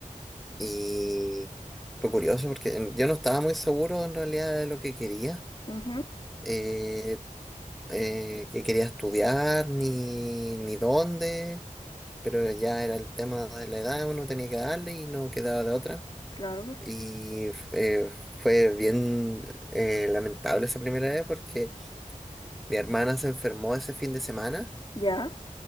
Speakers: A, in the centre; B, on the left.
A: y fue curioso porque en- yo no estaba muy seguro en realidad de lo que quería,
B: Ujú,
A: eh, eh, que quería estudiar ni, ni dónde, pero ya era el tema de la edad, uno tenía que darle y no quedaba de otra.
B: claro.
A: Y eh, fue bien eh, lamentable esa primera vez porque mi hermana se enfermó ese fin de semana
B: Ya.